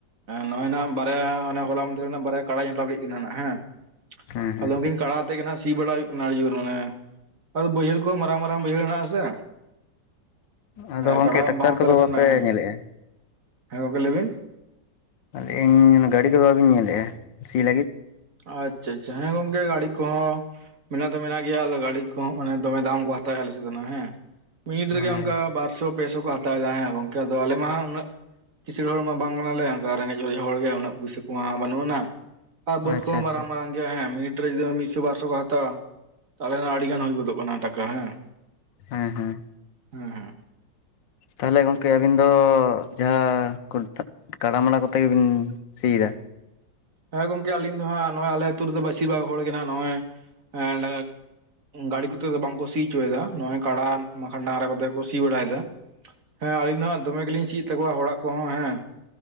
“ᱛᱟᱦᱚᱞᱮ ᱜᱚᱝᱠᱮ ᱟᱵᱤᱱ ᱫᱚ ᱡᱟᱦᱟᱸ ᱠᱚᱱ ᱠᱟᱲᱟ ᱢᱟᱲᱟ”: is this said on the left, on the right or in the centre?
Left